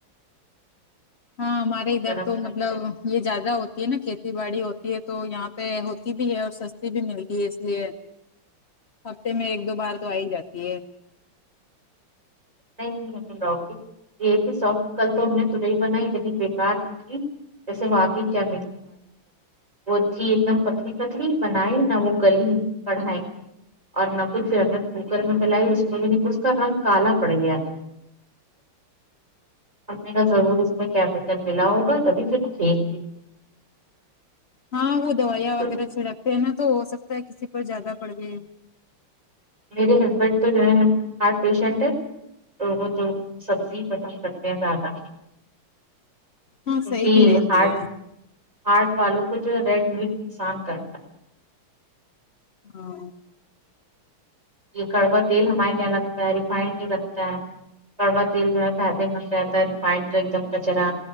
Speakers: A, on the left (about 80°); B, on the right (about 15°).
A: ہاں ہمارے ادھر
B: گرم
A: تو
B: گرم
A: مطلب
B: چ
A: یے زیادہ ہوتی ہے نا کھیتی باڑی ہوتی ہے تو یہاں پے ہوتی بھی ہے اور سستی بھی ملتی ہے اس لیے ہفتے میں ایک دو بار تو آ ہی جاتی ہے
B: نہیں لوکی <unintelligible> یے کہ سف کل تو ہم نے ترائی بنائی اتنی بےکار نکلی جیسے واقع کیا وہ تھی ایک دم پتلی پتلی بنائی نہ وہ گلی کڑھائی <unintelligible> اور نہ کچھ ہم نے کوکر میں گلائی اس میں بھی نہیں اس کا رنگ کالا پڑ گیا تھا ہم نے کہا ضرور اس میں کیمی کل ملا ہوگا تبھی <unintelligible>
A: ہاں وہ دوائ
B: تو
A: وغیرہ چھڑک تےہے تو ہو سکتا ہے کسی پر زیادہ پڑ گئی ہو
B: میرے ہسبینڈ تو جو ہے ہارٹ پیشنٹ ہے تو وہ تو سبزی ہی پسند کرتے ہیں زیادہ کیونکی
A: ہاں صحیح بھی رہتی
B: اس ہارٹ
A: ہے
B: ہارٹ والوں کو جو ہے ریڈ میٹ نقصان کرتا ہے
A: ہاں
B: یہ کڑوا تیل ہمارے کیاں لگتا ہے ریفائن نہیں لگت ا کڑوا تیل جو فائدے مند رہتا ہے ریفائن ایک دم کچرا